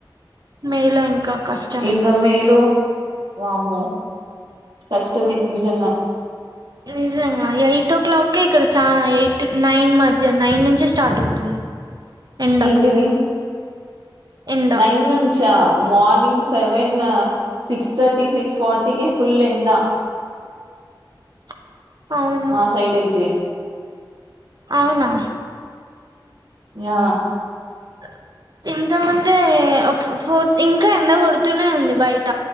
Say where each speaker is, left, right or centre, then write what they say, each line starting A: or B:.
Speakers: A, on the right; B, on the right.
A: మేలో ఇంకా కష్టమే
B: ఎండ మేలో వామ్మో కష్టమే నిజంగా
A: నిజంగా ఎయిట్ ఓ క్లాక్కే ఇక్కడ చాలా ఎయిట్ నైన్ మధ్య నైన్ నుంచే స్టార్ట్ అవుతుంది ఎండ
B: ఏంటిది
A: ఎండ
B: నైన్ నుంచా morning seven six thirty six ఫార్టీకే ఫుల్ ఎండా
A: <inaudible> అవును
B: మా సైడ్ అయితే
A: అవునా
B: యా
A: <inaudible> ఇంతముందే ఫోర్ ఇంకా ఎంత కొడుతూనే ఉంది బయట